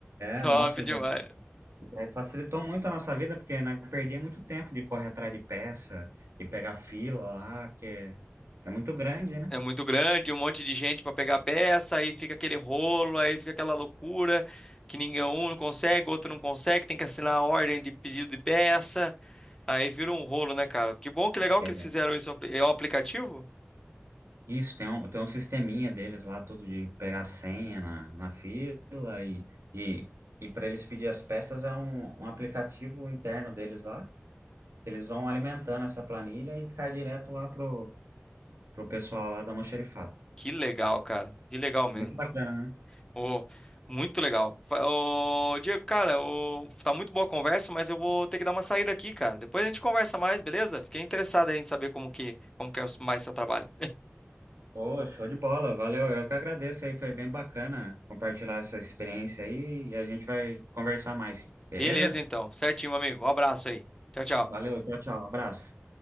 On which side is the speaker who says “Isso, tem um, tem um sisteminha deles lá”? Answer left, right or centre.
Right